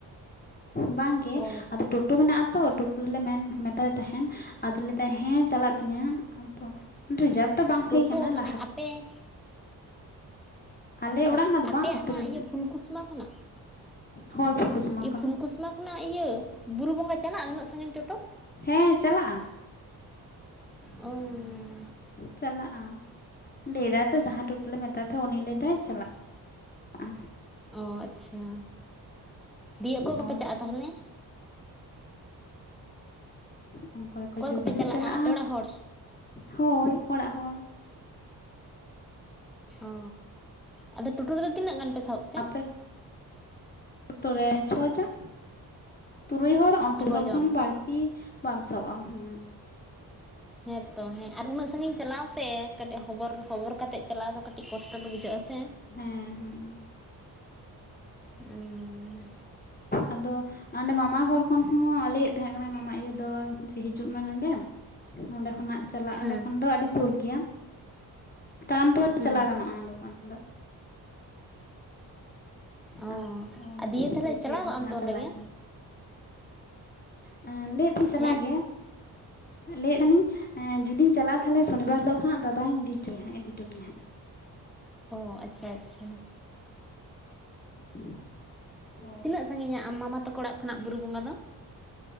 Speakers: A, on the left; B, in the centre.
A: ᱵᱟᱝ ᱜᱮ
B: ᱚ
A: ᱟᱫᱚ ᱴᱳᱴᱳ ᱦᱮᱱᱟᱜ ᱛᱚ ᱴᱳᱴᱳ ᱫᱚᱞᱮ ᱢᱮᱱ ᱢᱮᱛᱟᱫᱤ ᱛᱟᱦᱮᱸᱱ ᱟᱫᱚ ᱞᱟᱹᱭᱟ ᱦᱮᱸ ᱪᱟᱞᱟᱜ ᱛᱤᱧᱟᱹ ᱟᱫᱚ ᱨᱤᱡᱟᱵᱷᱼᱼ ᱛᱚ ᱵᱟᱝ ᱦᱩᱭ
B: ᱴᱳᱴᱳ
A: ᱠᱟᱱᱟ
B: ᱢᱟᱱᱮ
A: ᱞᱟᱦᱟᱼᱼ
B: ᱟᱯᱮ
A: ᱟᱞᱮ
B: ᱟᱪᱪᱷᱟ
A: ᱚᱲᱟᱜ ᱨᱮᱱᱟᱜ ᱫᱚ
B: ᱟᱯᱮᱭᱟᱜ
A: ᱵᱟᱝ ᱟᱹᱛᱩ
B: ᱚᱱᱟ
A: ᱨᱮ ᱢᱮᱱᱟᱜᱼᱟ᱾
B: ᱤᱭᱟᱹ ᱯᱷᱩᱞᱠᱩᱥᱢᱟ ᱠᱷᱚᱱᱟᱜ
A: ᱦᱳᱭ ᱯᱷᱩᱞᱠᱩᱥᱢᱟ
B: ᱤᱭᱟᱹ
A: ᱠᱟᱱᱟ᱾
B: ᱯᱷᱩᱞᱠᱩᱥᱢᱟ ᱠᱷᱚᱱᱟᱜ ᱤᱭᱟᱹ ᱵᱩᱨᱩ ᱵᱚᱸᱜᱟ ᱪᱟᱞᱟᱜᱼᱟ ᱩᱱᱟᱹᱜ ᱥᱟᱺᱜᱤᱧ ᱴᱳᱴᱳ
A: ᱦᱮᱸ ᱪᱟᱞᱟᱜᱼᱟ᱾
B: ᱚ
A: ᱪᱟᱞᱟᱜᱼᱟ ᱞᱟᱹᱭ ᱫᱟ ᱛᱚ ᱡᱟᱦᱟᱸ ᱴᱳᱴᱞᱮ ᱢᱮᱛᱟᱭ ᱛᱟᱦᱮᱸ ᱩᱱᱤ ᱞᱟᱹᱭᱫᱟᱭ ᱪᱟᱞᱟᱜ ᱟ
B: ᱚ ᱟᱪᱪᱷᱟ ᱫᱤᱭᱮ ᱚᱠᱚᱭ ᱠᱚᱯᱮ
A: ᱦᱳᱭ
B: ᱪᱟᱜᱼᱟ ᱛᱟᱦᱚᱞᱮ?
A: ᱚ ᱚᱠᱚᱭ ᱠᱚ ᱡᱩᱫᱤ
B: ᱠᱚᱯᱮ
A: ᱞᱮ ᱪᱟᱞᱟᱜᱼᱟ
B: ᱟᱯᱮ ᱚᱲᱟᱜ ᱦᱚᱲ
A: ᱦᱳᱭ ᱚᱲᱟᱜ ᱦᱚᱲ
B: ᱚ ᱟᱫᱚ ᱴᱳᱴᱳ ᱨᱮᱫᱚ ᱛᱤᱱᱟᱹᱜ ᱜᱟᱱ ᱯᱮ ᱥᱟᱵᱚᱵ ᱛᱮ?
A: ᱟᱯᱮ ᱴᱳᱴᱳ ᱨᱮ ᱪᱷᱚ ᱡᱚᱱ᱾ ᱛᱩᱨᱩᱭ ᱦᱚᱲ ᱟᱨ ᱛᱩᱨᱩᱭ
B: ᱪᱷᱚ
A: ᱦᱚᱲ
B: ᱡᱚᱱ
A: ᱠᱷᱚᱱ ᱵᱟᱹᱲᱛᱤ ᱵᱟᱢ ᱥᱟᱵᱼᱟ ᱦᱩᱸ
B: ᱦᱮᱸᱛᱚ ᱦᱮᱸ ᱟᱨ ᱩᱱᱟᱹᱜ ᱥᱟᱺᱜᱤᱧ ᱪᱟᱞᱟᱣ ᱥᱮ ᱠᱟᱹᱴᱤᱡ ᱦᱚᱵᱚᱨ ᱠᱟᱛᱮᱜ ᱪᱟᱞᱟᱣ ᱫᱚ ᱠᱟᱴᱤᱡ ᱟᱹᱰᱤ ᱠᱚᱥᱴᱚ ᱜᱮ ᱵᱩᱡᱷᱟᱹᱜᱼᱟ᱾ ᱥᱮ
A: ᱦᱮᱸ ᱦᱮᱸ
B: ᱦᱩᱸ
A: ᱟᱫᱚ ᱚᱸᱰᱮ ᱢᱟᱢᱟ ᱜᱷᱚᱨ ᱠᱷᱚᱱ ᱦᱚᱸ ᱞᱟᱹᱭᱮᱫ ᱛᱟᱦᱮᱸ ᱠᱟᱱᱟ ᱢᱟᱢᱟ ᱤᱭᱟᱹ ᱫᱚ ᱡᱮ ᱦᱤᱡᱩᱜ ᱢᱮ ᱱᱚᱸᱰᱮ ᱚᱸᱰᱮ ᱠᱷᱚᱱᱟᱜ ᱪᱟᱞᱟᱜ ᱚᱸᱰᱮ
B: ᱦᱮᱸ
A: ᱠᱷᱚᱱ ᱫᱚ ᱟᱹᱰᱤ ᱥᱩᱨ ᱜᱮᱭᱟ ᱛᱟᱲᱟᱢ ᱛᱮ
B: ᱦᱮᱸ
A: ᱪᱟᱞᱟᱣ ᱜᱟᱱᱚᱜᱼᱟ ᱚᱸᱰᱮ ᱠᱷᱚᱱ᱾ <unintelligible>
B: ᱚ
A: ᱟᱫᱚ
B: ᱟᱨ ᱫᱤᱭᱮ ᱛᱟᱦᱚᱞᱮ
A: ᱪᱮᱫ ᱪᱤᱠᱟᱹᱜ
B: ᱪᱟᱞᱟᱣ
A: ᱠᱟᱱᱟ
B: ᱠᱚᱜ ᱟᱢ
A: ᱦᱟᱜ
B: ᱛᱚ ᱚᱸᱰᱮ
A: ᱪᱟᱞᱟᱜ
B: ᱜᱮ
A: ᱤᱧ ᱪᱮ ᱵᱟᱝ ᱞᱟᱹᱭ ᱮᱫ ᱛᱤᱧ ᱪᱟᱞᱟᱜ
B: ᱦᱮᱸ
A: ᱜᱮ ᱞᱟᱹᱭᱮᱫ ᱛᱟᱦᱮᱱᱤᱧ ᱡᱩᱫᱤᱧ ᱪᱟᱞᱟᱜᱼᱟ ᱛᱟᱦᱞᱮ ᱥᱚᱱᱤᱵᱟᱨ ᱦᱤᱞᱳᱜ ᱦᱟᱸᱜ ᱫᱟᱫᱟᱧ ᱤᱫᱤ ᱦᱚᱴᱚᱭᱟ ᱤᱫᱤ ᱦᱚᱴᱚ ᱟᱹᱧᱟᱭ ᱦᱟᱸᱜ᱾ <inaudible>
B: ᱚ ᱟᱪᱪᱷᱟ ᱟᱪᱪᱷᱟ
A: <unintelligible> ᱦᱳᱭ
B: ᱛᱤᱱᱟᱹᱜ ᱥᱟᱺᱜᱤᱧᱟ ᱟᱢ ᱢᱟᱢ ᱢᱟ ᱛᱟᱠᱚ ᱚᱲᱟᱜ ᱠᱷᱚᱱᱟᱜ ᱵᱩᱨᱩ ᱵᱚᱸᱜᱟ ᱫᱚ